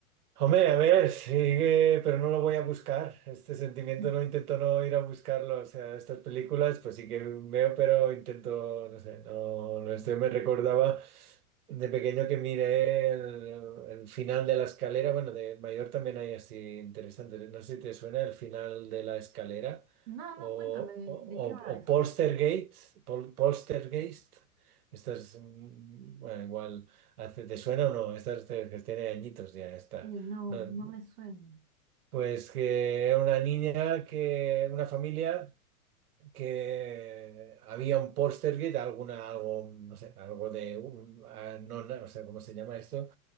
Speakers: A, on the right; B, on the right.
A: Hombre, a ver, sigue, pero no lo voy a buscar. Este sentimiento
B: <laughs>
A: no intento no ir a buscarlo. O sea, estas películas, pues sí que veo, pero intento, no sé, no, no estoy. Me recordaba de pequeño que miré el, el final de la escalera. Bueno, de mayor también hay así interesantes. No sé si te suena el final de la escalera
B: No, no,
A: o,
B: cuéntame, ¿de,
A: o, o,
B: de qué va eso?
A: o Poltergeist, Pol- Poltergeist. Estas, mm, bueno, igual, hace, ¿te suena o no? Estas te- que tiene añitos ya, está.
B: Eh, no,
A: Eh,
B: no me suena.
A: Pues que era una niña que, una familia que había un Portergate, alguna, algo, no sé, algo de, un- ah, no, no, o sea, ¿cómo se llama esto?